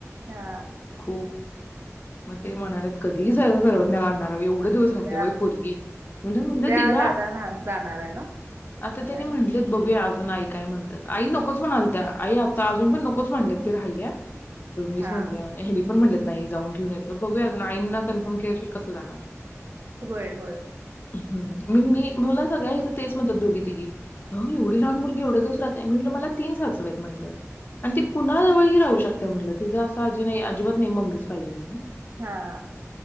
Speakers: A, on the right; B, on the left.
A: हा
B: खूप हे मनाल्यात कधी सर सर्वज्ञाला आणनार एवढे दिवस
A: उद्या
B: राहत्या होय पोरगी मनल मनल
A: उद्या
B: तिझा
A: दादा ना जाणार आहे ना
B: आता
A: आणायला
B: त्यांनी म्हन बघूया अजून आई काय म्हणत्यात आई नकोच मनालत्या आई आता अजून पण नकोच म्ंटल्यात ती राहिल्या मम्मीच
A: हा
B: म्हंटल्या हेनी पण म्हंटलेत नाही जावून घेवून येतो बघुया अजून आईंना कन्फर्म केल्याशिवाय कस जाणार?
A: होय होय
B: हं मग मी मला सगळ्या इथ तेच म्हणतात दोघी तिघी अहो एवढी लहान मुलगी एवढे दिवस राहतीया मी म्हटलं मला तीन सासू आहेत म्हटलं आणि ती कुणाजवळ ही राहू शक त्या म्हंटल तीच अस अजी नाही अजिबात नाही मम्मीच पाहिजे म्हणून
A: हां आ